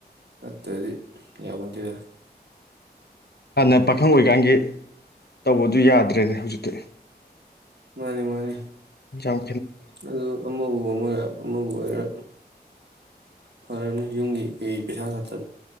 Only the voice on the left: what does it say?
ꯍꯥꯟꯅ ꯄꯥꯈꯪ ꯑꯣꯏꯀꯥꯟꯒꯤ ꯇꯧꯕꯗꯨ ꯌꯥꯗ꯭ꯔꯦꯅꯦ ꯍꯧꯖꯤꯛꯇꯤ
ꯆꯥꯎ